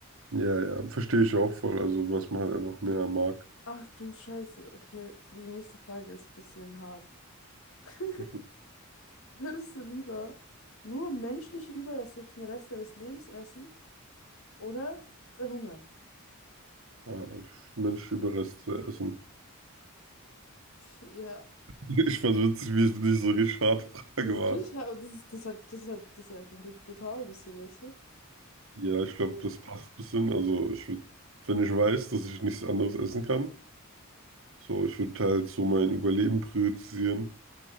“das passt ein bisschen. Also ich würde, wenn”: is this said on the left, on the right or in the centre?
Right